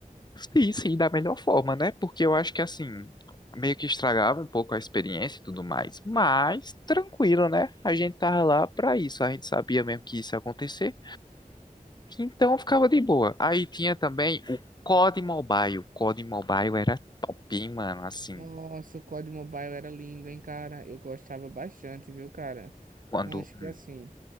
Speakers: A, on the left; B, on the right.
A: Sim, sim, da melhor forma, né? Porque eu acho que assim, meio que estragava um pouco a experiência e tudo mais. Mas tranquilo, né? A gente tava lá pra isso. A gente sabia mesmo que isso ia acontecer. Então eu ficava de boa. Aí tinha também o COD Mobile. O COD Mobile era top, hein, mano. Assim,
B: Nossa, o COD Mobile era lindo, hein, cara? Eu gostava bastante, viu, cara?
A: quando.
B: Acho
A: Hum,
B: que assim,